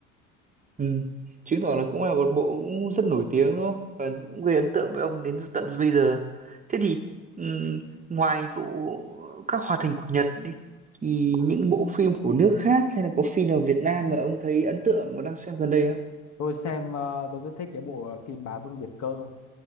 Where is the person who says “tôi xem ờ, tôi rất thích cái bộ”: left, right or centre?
Left